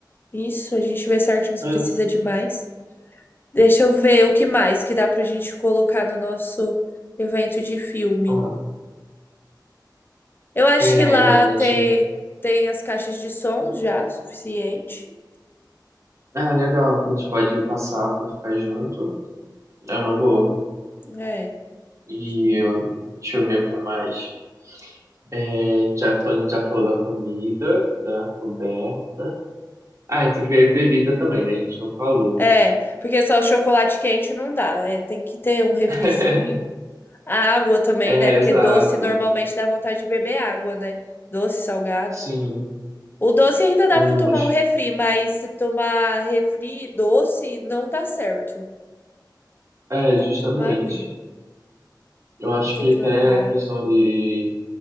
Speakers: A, on the left; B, on the right.
A: Isso, a gente vê certinho se
B: É,
A: precisa de mais. Deixa eu ver o que mais que dá pra gente colocar no nosso evento de filme.
B: ó,
A: Eu acho
B: é,
A: que lá
B: a
A: tem,
B: gente.
A: tem as caixas de som já, suficiente.
B: Ah, legal, que a gente pode passar pra ficar junto. É uma boa.
A: É,
B: E
A: deixa eu ver.
B: ó, deixa eu ver o que mais. É, já, tô- a gente já falou da comida, da coberta. Ah, e tem que ver bebida também, né? A gente não falou.
A: É, porque só chocolate quente não dá. É, tem que ter um refrizinho.
B: <laughs>
A: A água também,
B: É,
A: né? Porque
B: exato.
A: doce normalmente dá vontade de beber água, né? Doce, salgado.
B: Sim,
A: O doce ainda dá
B: uns.
A: para tomar um refri, mas se tomar refri doce não dá certo.
B: É,
A: Tem
B: justamente.
A: que tomar aguinha.
B: Eu acho
A: A gente tem
B: que
A: que
B: até
A: levar
B: a questão
A: água.
B: de